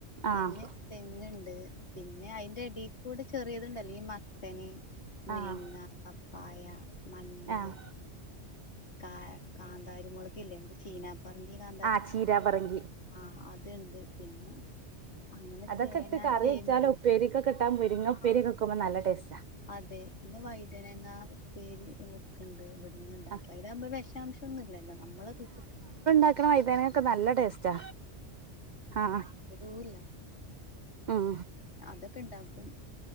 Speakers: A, on the left; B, on the right.
A: പിന്നെ
B: ആഹ്
A: തെങ്ങുണ്ട് പിന്നെ അയിന്റെടേക്കൂടെ ചെറിയതുണ്ട് അല്ലീ മത്തന് മുരിങ്ങ
B: ആഹ്
A: പപ്പായ മഞ്ഞള്
B: ആഹ്
A: കാ കാന്താരി മൊളകില്ലേ എന്താ ചീന പറങ്കികാ
B: ആഹ് ചീരാ പറങ്കി
A: ആഹ് അത്ണ്ട് പിന്നെ അങ്ങനെ
B: അതൊക്കെ
A: ചേന
B: ഇട്ട് കറി
A: ചേമ്പ്
B: വെച്ചാലും ഉപ്പേരിക്കൊക്കെട്ടാ മുരിങ്ങ ഉപ്പേരിക്കെക്കുമ്പോ
A: ആഹ്
B: നല്ല ടേസ്റ്റാ
A: അതെ പിന്നെ വൈതനങ്ങ ഉപ്പേരി നക്കണ്ട് ഇവിടുന്ന് ഇണ്ടാക്കി
B: ആഹ്
A: അയിലവുമ്പോ വെഷാംശം ഒന്നുല്ലല്ലോ നമ്മളെ പിച്ചി
B: ക്കന വൈതനൊക്കെ നല്ല ടേസ്റ്റാ ആഹ്
A: വിടൂല്ല
B: ഉം
A: അതൊക്കെ ഇണ്ടാക്കും